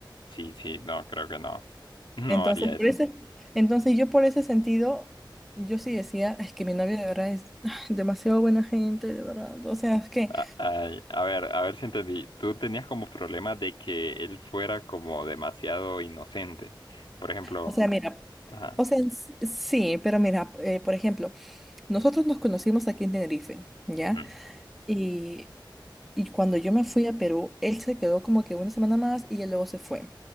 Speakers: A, on the left; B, in the centre.
A: Sí, sí, no, creo que no. <laughs> No
B: Entonces,
A: haría eso.
B: por ese, entonces yo por ese sentido, yo sí decía, es que mi novio de verdad es ah, demasiado buena gente, de verdad. O sea, es que,
A: A, ay, a ver, a ver si entendí. Tú tenías como problema de que él fuera como demasiado inocente. Por ejemplo,
B: o sea, mira,
A: ajá.
B: o sea, en s- sí, pero mira, eh, por ejemplo, nosotros nos conocimos aquí en Tenerife, ¿ya?
A: ujú,
B: Y, y cuando yo me fui a Perú, él se quedó como que una semana más y él luego se fue.